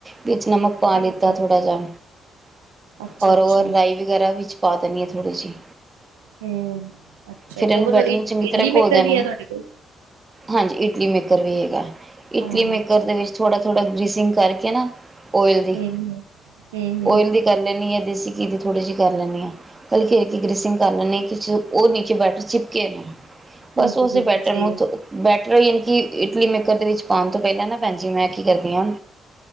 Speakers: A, on the right; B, on the right.
A: ਵਿੱਚ ਨਮਕ ਪਾ
B: ਹਮ
A: ਲਿੱਤਾ
B: ਹਮ
A: ਥੋੜਾ ਜਿਹਾ
B: ਅੱਛਾ
A: ਔਰ
B: ਅੱਛਾ
A: ਉਹ ਮਲਾਈ ਵਗੈਰਾ ਵਿੱਚ ਪਾ ਦਿੰਣੀ ਹਾਂ ਥੋੜੀ ਜਿਹੀ
B: ਹਮ ਅੱਛਾ
A: ਸਿੱਟਨ
B: ਕਦੋਂ
A: ਬੈਠਣ
B: ਇਡਲੀ
A: ਨੂੰ ਚੰਗੀ ਤਰ੍ਹਾਂ ਘੋਲ
B: ਮੇਕਰ
A: ਦੇਣਾ
B: ਵੀ ਹੈ ਤੁਹਾਡੇ ਕੋਲ
A: ਹਾਂਜੀ ਇਟਲੀ ਮੇਕਰ ਵੀ ਹੈਗਾ ਇਟਲੀ
B: ਹਾਂ ਹਾਂ
A: ਮੇਕਰ
B: ਅੱਛਾ
A: ਦੇ ਵਿੱਚ ਥੋੜਾ ਥੋੜਾ ਗਰੀਸਿੰਗ ਕਰਕੇ ਨਾ ਓਇਲ ਦੇ
B: ਹਮ ਹਮ ਹਮ ਹਮ
A: ਓਇਲ ਦੀ ਕਰ ਲੈਂਦੀ ਹਾਂ ਦੇਸੀ ਘੀ ਦੀ ਥੋੜੀ ਜਿਹੀ ਕਰ ਲੈਂਦੀ ਹਾਂ ਕਲੀ ਖੇਿਰ ਕੇ ਗਰੀਸਿੰਗ
B: ਅੱਛਾ ਅੱਛਾ
A: ਕਰ ਲੈਂ ਹਾਂ। ਉਹ ਨੀਚੇ ਬੈਟਰ ਚਿਪਕੇ ਨਾ
B: ਬਿਲਕੁਲ
A: ਬਸ ਉਸੇ
B: ਬਿਲਕੁਲ
A: ਬੈਟਰ
B: ਸਹੀ
A: ਨੂੰ ਉਥੋਂ
B: ਗੱਲ
A: ਬੈਟਰ ਹੋਈ ਕਿ ਇਟਲੀ ਮੇਕਰ ਦੇ ਵਿੱਚ ਪਾਉਣ ਤੋਂ ਪਹਿਲਾਂ ਨਾ ਭੈਣ ਜੀ ਮੈਂ ਕੀ ਕਰਦੀ ਹਾਂ।